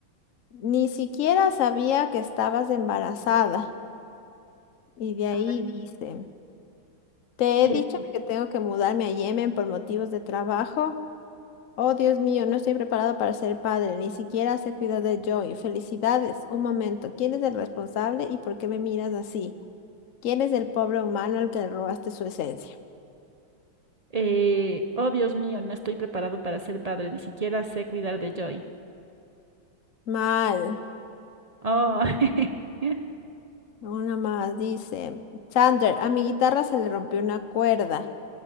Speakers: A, on the left; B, on the right.
A: ni siquiera sabía que estabas embarazada. Y de ahí
B: A ver,
A: dice, te
B: ¿qué
A: he dicho
B: vi?
A: que tengo que mudarme a Yemen por motivos de trabajo. Oh, Dios mío, no estoy preparado para ser padre, ni siquiera sé cuidar de Joy. Felicidades. Un momento, ¿quién es el responsable y por qué me miras así? ¿Quién es el pobre humano al que le robaste su esencia?
B: Eh, oh, Dios mío, no estoy preparado para ser padre. Ni siquiera sé cuidar de Joy.
A: Mal.
B: Oh. <laughs>
A: Una más dice, Sander, a mi guitarra se le rompió una cuerda.